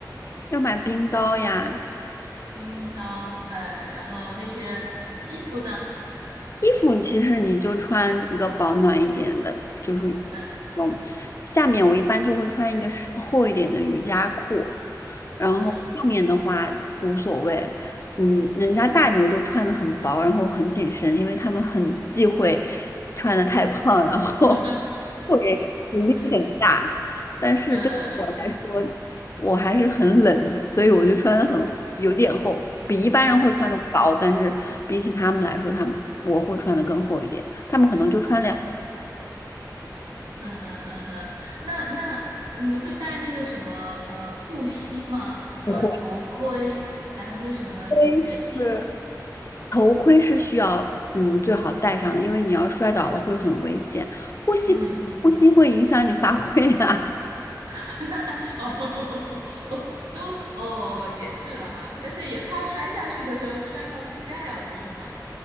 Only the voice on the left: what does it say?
要买冰刀呀。
衣服其实你就穿一个保暖一点的，就是
嗯，下面我一般就会穿一个是厚一点的瑜伽裤，然后上面的话无所谓。
嗯，人家大牛都穿的很薄，然后很紧身，因为他们很忌讳穿的太 <laughs> 胖，然后
会阻力很大。
对于我来说，我还是很冷的所以我就穿的很有点厚，比一般人会穿的薄，
但是比起他们来说，他们我会穿的更厚一点。他们可能就穿两，
不会。
盔是，头盔是需要嗯最好戴上的，因为你要摔倒了会很危险，呼吸呼吸会影响你发挥啊。